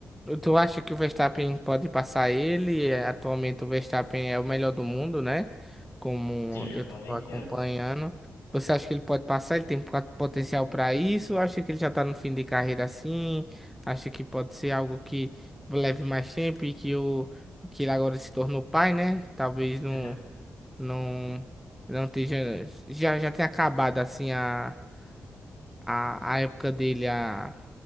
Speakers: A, in the centre; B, on the left (about 90°).
A: Tu acha que o Verstappen pode passar ele? É, Atualmente o Verstappen é o melhor do mundo, né? Como
B: Sim,
A: eu
B: atualmente
A: estava acompanhando.
B: é.
A: Você acha que ele pode passar? Ele tem pot- potencial para isso? Acha que ele já está no fim de carreira assim? Acha que pode ser algo que leve mais tempo e que, o, que ele agora se tornou pai, né? Talvez não,
B: Uhum.
A: não, não esteja. Já, já tenha acabado assim a, a, a época dele, a,